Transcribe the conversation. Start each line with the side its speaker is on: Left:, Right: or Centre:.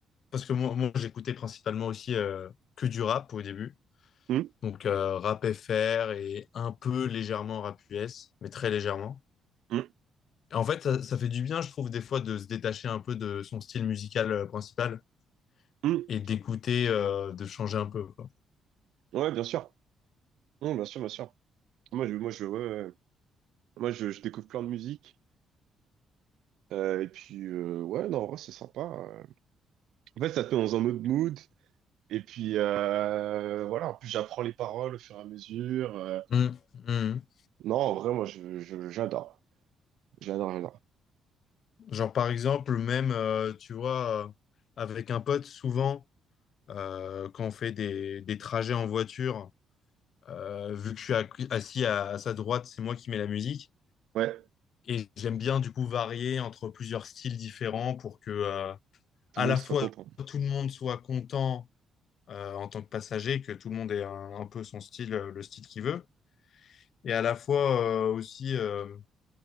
Left: parce que moi, moi, j'écoutais principalement aussi euh, que du rap au début,
Right: Hum,
Left: donc euh, rap FR et un peu légèrement rap US, mais très légèrement.
Right: hum,
Left: Et en fait, ça, ça fait du bien, je trouve, des fois de se détacher un peu de son style musical euh, principal
Right: hum.
Left: et d'écouter, euh, de changer un peu, quoi.
Right: Ouais, bien sûr. Hum, bien sûr, bien sûr. Moi, je, moi, je, ouais, ouais. Moi, je, je découvre plein de musique. Euh, et puis, euh, ouais, non, en vrai, c'est sympa. euh. En fait, ça te met dans un autre mood. Et puis euh, voilà, en plus j'apprends les paroles au fur et à mesure. euh.
Left: Mm, mm.
Right: Non, en vrai, moi, je, je- j'adore. J'adore, j'adore.
Left: Genre, par exemple, même, euh, tu vois, euh, avec un pote, souvent, euh, quand on fait des, des trajets en voiture, euh, vu que je suis accu- assis à, à sa droite, c'est moi qui mets la musique.
Right: ouais,
Left: Et j'aime bien, du coup, varier entre plusieurs styles différents pour que, euh,
Right: tout
Left: à
Right: le monde
Left: la
Right: soit
Left: fois,
Right: content.
Left: tout le monde soit content, euh, en tant que passager, que tout le monde ait un, un peu son style, euh, le style qu'il veut. Et à la fois, euh, aussi, euh,